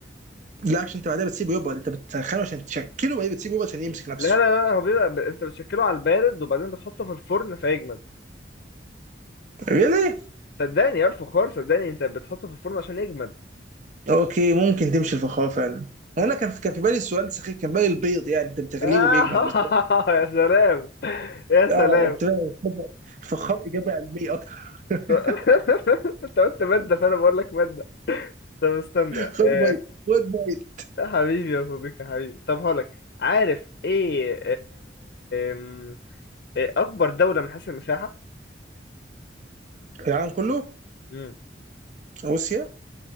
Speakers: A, on the right (about 45°); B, on the left (about 60°).
A: لا عشان انت بعدها بتسيبه يبقى انت بتسخنه عشان تشكله وبعدين بتسيبه يبقى عشان يمسك نفسه
B: لا لا لا هو بيبقى ب... انت بتشكله على البارد وبعدين بتحطه في الفرن فيجمد
A: ليه؟
B: صدقني يا فخار صدقني انت بتحطه في الفرن عشان يجمد
A: اوكي ممكن تمشي الفخار فعلا انا كان في كان في بالي السؤال سخيف كان في بالي البيض يعني انت بتغليه
B: آه
A: وبيجمد
B: <laughs>
A: بس
B: يا سلام يا سلام
A: اه استراليا خد- فخار اجابه علميه اكتر <laughs>
B: <laughs> انت قلت مادة فانا بقول لك مادة طب استنى
A: خد
B: آه
A: بيض خد بيض
B: يا حبيبي يا صديقي يا حبيبي طب هقولك عارف ايه آم، إيه اكبر دولة من حيث المساحة
A: العالم كله
B: امم
A: روسيا